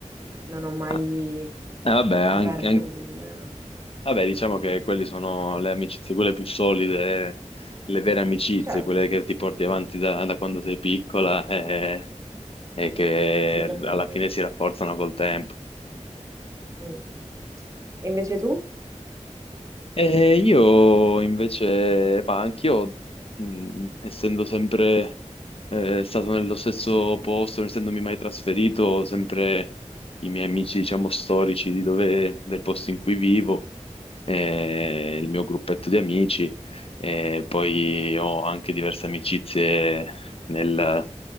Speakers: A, on the right (about 25°); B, on the left (about 50°).
A: Non ho mai
B: Ah, eh, vabbè, anche-
A: aperto
B: anche-
A: il...
B: vabbè, diciamo che quelle sono le amicizie, quelle più solide, le vere amicizie,
A: Certo,
B: quelle che ti porti avanti da, da quando sei piccola e, e che
A: sicuramente
B: alla fine
A: sì.
B: si rafforzano col tempo.
A: Mm. E invece tu
B: E io invece, ma anch'io, mh, essendo sempre eh, stato nello stesso posto, non essendomi mai trasferito, sempre i miei amici, diciamo, storici di dove- del posto in cui vivo, eh, il mio gruppetto di amici, e poi ho anche diverse amicizie nel-